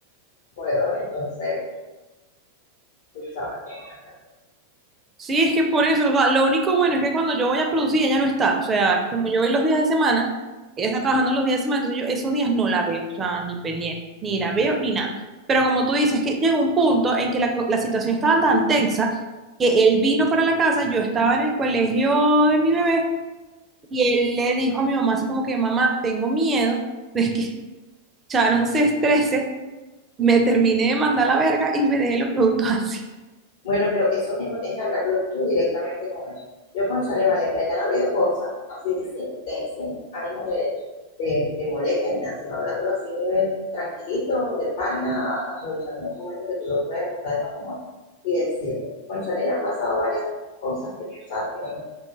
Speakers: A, on the left (about 55°); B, on the right (about 20°).
A: jugador, entonces tú sabes cómo es la
B: Sí, es que por eso, o sea, lo único bueno es que cuando yo voy a producir, ella no está. O sea, como yo voy los días de semana, ella está trabajando los días de semana, entonces yo esos días no la veo, o sea, ni pendiente, ni la veo,
A: cosa.
B: ni nada. Pero como tú dices, que llegó un punto en que la, co- la situación estaba tan tensa que él vino para la casa, yo estaba en el colegio de mi bebé y él le dijo a mi mamá así como que, mamá, tengo miedo de que Sharon se estrese, me terminé de mandar la verga y me deje los productos así.
A: Bueno, pero eso mismo tienes que hablarlo tú directamente con él. Yo, cónchale, vale, mira, ya han habido cosas así sin, de- sin ánimo de, de, de molestia ni nada, sino hablándolo así a nivel tranquilito, de pana, aprovechando un momento que tú lo veas que está de buen humor y decirle, cónchale, ya han pasado varias cosas que tú sabes que no me